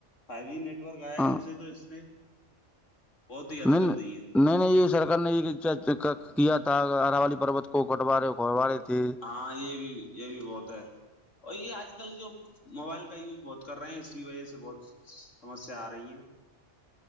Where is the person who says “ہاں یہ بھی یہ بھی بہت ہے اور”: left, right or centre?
Left